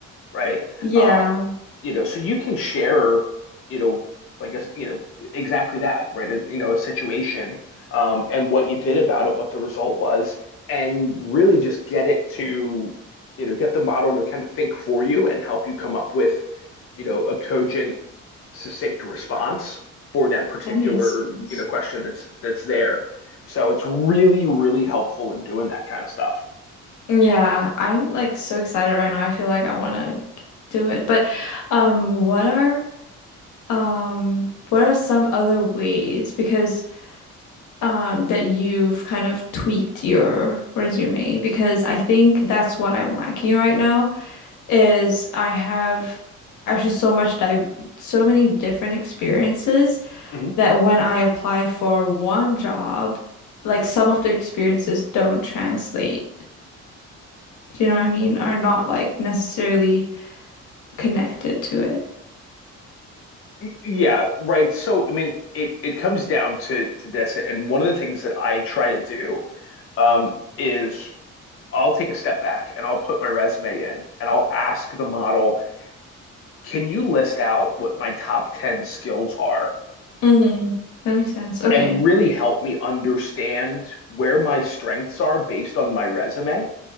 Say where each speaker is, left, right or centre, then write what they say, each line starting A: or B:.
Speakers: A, on the left (about 45°); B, on the left (about 75°).
A: right?
B: Yeah.
A: Um, you know, so you can share, you know, like a, you know, exactly that, right? A, you know, a situation, um, and what you did about it, what the result was, and really just get it to, you know, get the model to kind of think for you and help you come up with, you know, a cogent, succinct response for that particular,
B: That makes sense.
A: you know, question that's that's there. So it's really, really helpful in doing that kind of stuff.
B: Yeah, I'm like so excited right now. I feel like I want to do it. But um what are um what are some other ways because um that you've kind of tweaked your resume because I think that's what I'm lacking right now is I have actually so much dive so many different experiences
A: Mhm.
B: that when I apply for one job, like some of the experiences don't translate. Do you know what I mean? Are not like necessarily connected to it.
A: Yeah, right. So, I mean, it it comes down to to this, and one of the things that I try to do um, is I'll take a step back and I'll put my resume in and I'll ask the model, can you list out what my top 10 skills are
B: Mm, that makes sense. Okay.
A: and really help me understand where my strengths are based on my resume